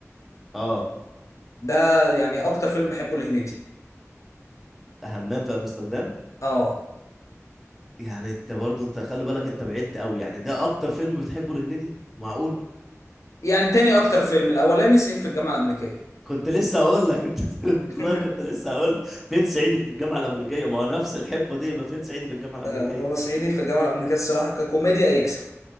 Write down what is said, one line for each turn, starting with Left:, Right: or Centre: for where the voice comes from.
Centre: اه
Left: ده يعني اكتر فيلم بحبه لهنيدي
Centre: همام في امستردام
Left: اه
Centre: يعني انت برضه انت خلي بالك انت بعدت قوي يعني ده اكتر فيلم بتحبه لهنيدي معقول
Left: يعني تاني اكتر فيلم الاولاني صعيدي في الجامعه الامريكيه
Centre: كنت لسه هقول لك انت <laughs> والله
Left: <laughs>
Centre: كنت لسه هقول فين صعيدي في الجامعة الأمريكية ما هو نفس الحقبة دي يبقى فين صعيدي في الجامعة الأمريكية
Left: آه، هو صعيدي في الجامعه الامريكيه الصراحه ككوميديا يكسب